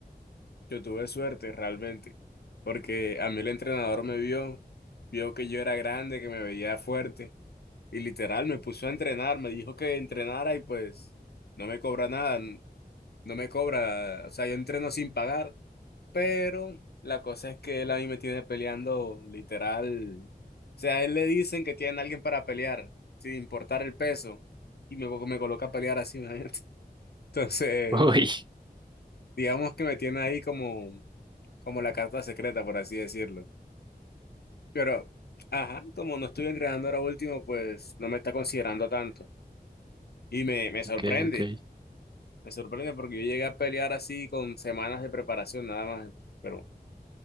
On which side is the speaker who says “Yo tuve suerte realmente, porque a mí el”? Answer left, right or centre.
Left